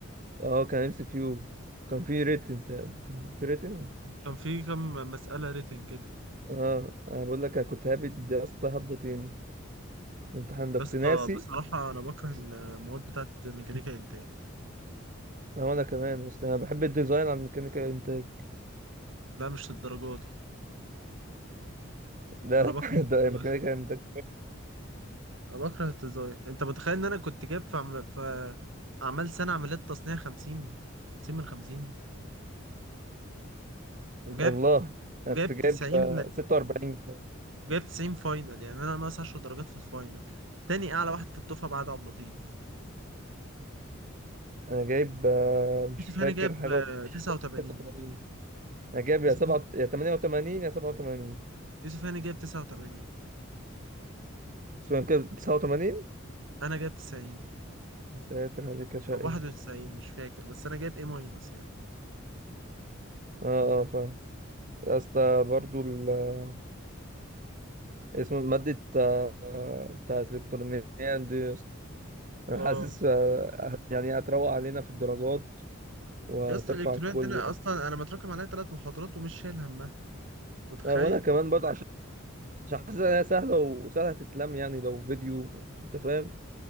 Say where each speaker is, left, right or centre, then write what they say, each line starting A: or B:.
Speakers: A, on the right (about 40°); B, on the right (about 70°).
A: أه كان إم سي كيو كان فيه ريتن تقريبا كان فيه ريتن ولا مفيش
B: كان في كام مساله ريتنج كده
A: أه أنا بقول لك أنا كنت هابت يا اسطى هبدة طين الامتحان ده
B: بس
A: كنت ناسي
B: بصراحة أنا بكره المواد بتاعت ميكانيكا إنتاج
A: أه، وأنا كمان أصل أنا بحب الديزاين عن ميكانيكا إنتاج
B: لا مش للدرجة دي
A: لا
B: أنا بكره
A: <laughs> ده
B: التزاين
A: ميكانيكا إنتاج
B: أنا بكره التزاين أنت متخيل إن أنا كنت جايب في عم... في أعمال سنة عمليات تصنيع خمسين خمسين من خمسين وجايب
A: والله
B: وجايب
A: انا كنت جايب
B: تسعين
A: آه، 46
B: جايب تسعين فاينل يعني أنا ناقص عشر درجات في الفاينل تاني أعلى واحد في الدفعة بعد عبد اللطيف
A: انا جايب آه، مش
B: يوسف
A: فاكر
B: هاني جايب
A: حاجه
B: آه،
A: و-
B: تسعة وتمانين
A: 86 انا جايب
B: يوسف
A: يا 7 يا 88 يا 87
B: يوسف هاني جايب تسعة وتمانين
A: بس هو كده 89
B: أنا جايب تسعين
A: يا ساتر عليك يا شقي
B: أو واحد وتسعين مش فاكر بس أنا جايب إيه ماينس يعني
A: اه اه فاهم يا اسطى برضو ال آه، اسمه مادة آه، آه، بتاعت الإلكترونيات دي يا اسطى أنا
B: اه
A: حاسس آه، يعني هتروق علينا في الدرجات وترفع
B: يا اسطى الالكترونيات
A: الكل
B: دي أنا
A: يعني
B: اصلا انا متراكم عليا ثلاث محاضرات ومش شايل همها متخيل
A: آه، وأنا كمان برضه عشان عشان حاسس إنها سهلة وسهلة تتلم يعني لو فيديو أنت فاهم